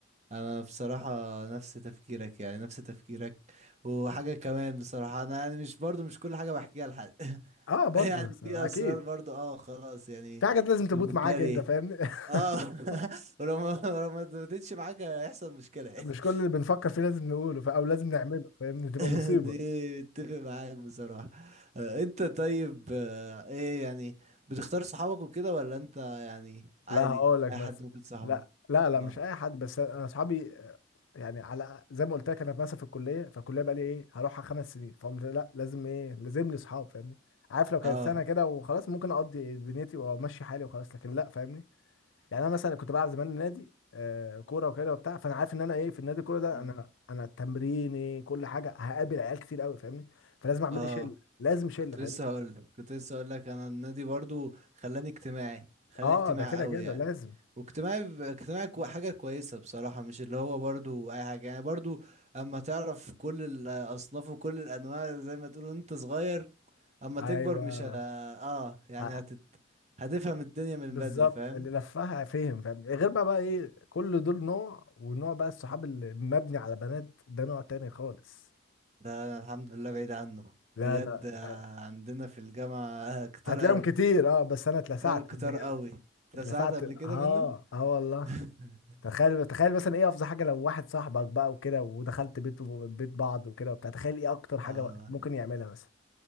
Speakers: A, on the right; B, on the left.
A: انا بصراحة نفس تفكيرك يعني نفس تفكيرك وحاجة كمان بصراحة انا يعني مش برضه مش كل حاجة بحكيها لحد <laughs>
B: اه برضه
A: يعني
B: بس-
A: في
B: اكيد
A: اسرار برضه اه خلاص يعني
B: في حاجات لازم تموت
A: بتداري
B: معاك انت فاهمني
A: اه
B: <laughs>
A: <laughs> ولو ما لو ما اتمتتش معاك هيحصل مشكلة
B: مش كل
A: <laughs>
B: اللي بنفكر فيه لازم نقوله ف- او لازم نعمله فاهمني تبقى
A: <laughs>
B: مصيبه
A: دي اتفق معاك بصراحة آه، انت طيب آه، ايه يعني بتختار صحابك وكده ولا انت يعني عادي
B: لا هقول لك
A: اي
B: مثلا
A: حد ممكن صاحبه
B: لا لا لا
A: اه
B: مش اي حد بس انا اصحابي آه، يعني على زي ما قلت لك انا مثلا في الكليه فالكليه بقى لي ايه هروحها خمس سنين فقمت لا لازم ايه لازم لي اصحاب فاهمني عارف لو كانت
A: اه
B: سنه كده وخلاص ممكن اقضي دنيتي وامشي حالي وخلاص لكن لا فاهمني يعني انا مثلا كنت بلعب زمان نادي آه كوره وكده وبتاع فانا عارف ان انا ايه في النادي الكوره ده
A: مم.
B: انا انا تمريني كل حاجه هقابل عيال كتير قوي فاهمني فلازم اعمل
A: اه
B: لي شله لازم شله
A: كنت
B: فاهمني
A: لسه هقول كنت لسه هقول لك انا النادي برضو خلاني اجتماعي خلاني
B: اه
A: اجتماعي
B: ده كده
A: قوي
B: كده
A: يعني
B: لازم
A: واجتماعي ب- اجتماعي كو- حاجة كويسة بصراحة مش اللي هو برضو اي حاجة يعني برضو اما تعرف كل الاصناف وكل الانواع زي ما تقولوا انت صغير اما
B: ايوه
A: تكبر مش ه... اه يعني
B: ه-
A: هتت... هتفهم الدنيا من
B: بالظبط
A: بدري فاهم
B: اللي لفها فهم فاهم غير بقى بقى ايه كل دول نوع ونوع بقى الصحاب اللي مبني على بنات ده نوع تاني خالص
A: ده انا الحمد لله بعيد عنه
B: لا
A: بجد
B: انا
A: آه،
B: ده
A: عندنا في الجامعة <laughs> آه، كتار
B: هتلاقيهم
A: قوي
B: كتير اه بس انا اتلسعت
A: كتار كتار
B: قبل كده
A: قوي اتلسعت
B: اتلسعت
A: قبل
B: اه
A: كده منه
B: اه والله
A: <laughs>
B: تخيل تخيل مثلا ايه افظع حاجه لو واحد صاحبك بقى وكده ودخلت بيت بيت بعض وكده وبتاع تخيل ايه اكتر حاجه
A: اه
B: ممكن يعملها مثلا